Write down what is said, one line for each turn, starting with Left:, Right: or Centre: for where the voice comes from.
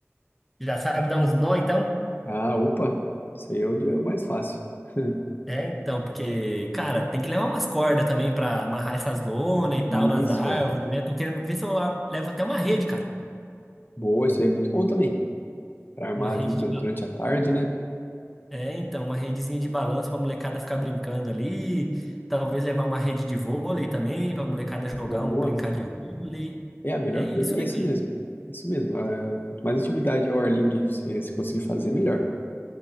Centre: já sabe dar uns nó, então?
Left: Ah, opa, isso aí é o, de- é o mais fácil. <laughs>
Centre: É, então, porque, cara, tem que levar umas cordas também pra amarrar essas lonas e tal
Left: Isso,
Centre: nas árvores,
Left: é.
Centre: né? Tô querendo ver se eu a- levo até uma rede, cara.
Left: Boa, isso aí é muito bom também. Para armar
Centre: Uma rede
Left: ali du-
Centre: de. ba-
Left: durante a tarde, né?
Centre: É, então, uma redezinha de balanço pra molecada ficar brincando ali. Talvez levar uma rede de vôlei também, pra molecada jogar
Left: Boa.
Centre: um, brincar de vôlei.
Left: É, a melhor
Centre: É isso,
Left: coisa é
Centre: né,
Left: isso mesmo. Isso mesmo. Ah, Quanto mais atividade ao ar livre você, você conseguir fazer, melhor.